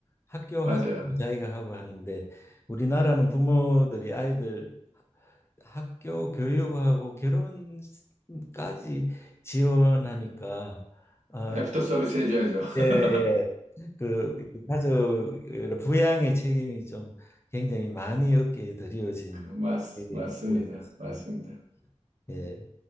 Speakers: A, on the left (about 20°); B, on the right (about 80°).
A: 학교
B: 맞아요.
A: 학부 자기가 하고 하는데 우리나라는 부모들이 아이들 학교 교육하고 결혼까지 지원하니까 아,
B: 애프터 서비스 해줘야죠. <laughs>
A: 예, 예. 그 가족 부양의 책임이 좀 굉장히 많이 어깨에 드리워진
B: 그, 맞,
A: 예,
B: 맞습니다.
A: 그 같습니다.
B: 맞습니다.
A: 예.